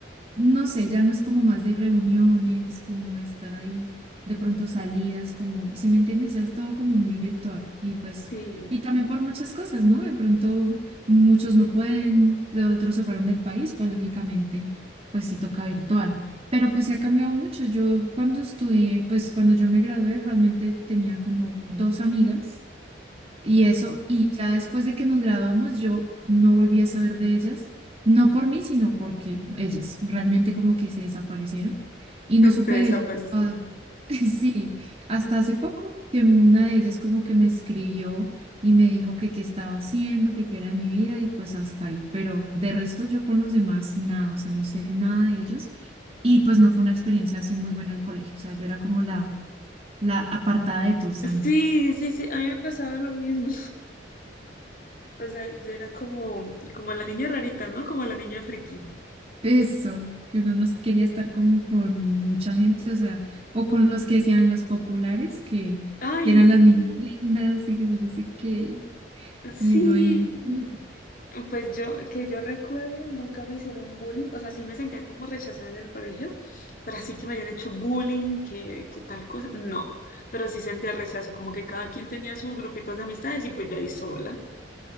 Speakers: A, on the right; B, on the left.
A: no sé, ya no es como más de reuniones, como de estar ahí, de pronto salidas, como, si me entiendes, ya es todo como muy virtual. Y pues,
B: Sí,
A: y también por muchas cosas, ¿no? De pronto muchos no pueden, de otros se fueron del país, pues lógicamente, pues sí toca virtual. Pero pues sí ha cambiado mucho. Yo cuando estudié, pues cuando yo me gradué, realmente tenía como dos amigas y
B: <laughs>
A: eso, y ya después de que nos graduamos, yo no volví a saber de ellas, no por mí, sino porque ellas realmente como que se desaparecieron y
B: se
A: no supe
B: desaparecieron
A: de ellas hasta, <laughs> sí, hasta hace poco, que una de ellas como que me escribió y me dijo que qué estaba haciendo, que qué era mi vida y pues hasta ahí, pero de resto yo con los demás nada, o sea, no sé nada de ellos y pues no fue una experiencia así muy buena el colegio, o sea, yo era como la, la apartada de todos, o sea,
B: Sí, sí, sí, a mí me pasaba lo mismo. O sea, yo era como, como la niña rarita, ¿no? Como la niña friki.
A: Eso, que uno no quería estar como con mucha gente, o sea, o con los que sean los populares, que,
B: Ay,
A: que eran
B: sí,
A: las niñas lindas y que yo no sé qué,
B: sí.
A: y uno ahí, mm,
B: Pues yo, que yo recuerde, nunca me hicieron bullying. O sea, sí me sentía como rechazada en el colegio, pero así que me hayan hecho bullying, que, que tal cosa, no. Pero sí sentía el rechazo, como que cada quien tenía sus grupitos de amistades y pues yo ahí sola.